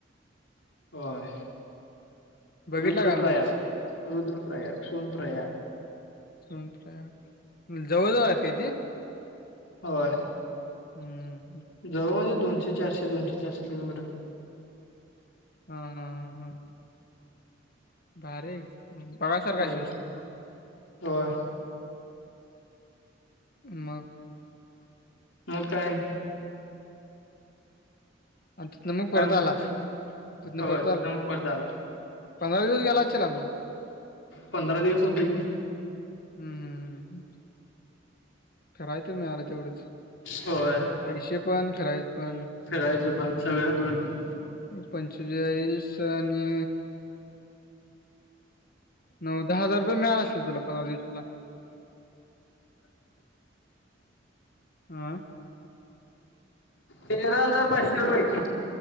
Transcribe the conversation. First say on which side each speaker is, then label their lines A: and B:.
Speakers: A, on the left; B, on the left.
A: होयं
B: बघितला
A: रुद्रप्रयांग
B: काय मग?
A: रुद्रप्रयांग क्षुनप्रयांग
B: तुमच्या जवळ जवळ आहेत का ते
A: होय
B: हम्म हम्
A: जवळ म्हणजे दोनशे चारशे दोनशे चारशे किलोमीटर
B: हा हा ह हा भारी बघायसारख
A: होय
B: असेल सगळ
A: होय
B: मग
A: मग काय
B: आणि तिथन मग परत
A: काय म्हणतोस
B: आला तिथनं
A: होय
B: परत आला
A: मग परत आला
B: पंधरा दिवस गेला असचीला मग
A: पंधरा दिवस होतो की
B: हम् हम फिराय ते मिळाल तेवढच
A: होय
B: पैशे पण फिराय पण
A: फिरायचं पण सगळं दोन्ही
B: पंचेचाळीस आणि नऊ दहा हजार रुपये मिळाल असतील तुला पंधरा दिवसाला हं
A: तेरा हजार पाचशे रुपयाची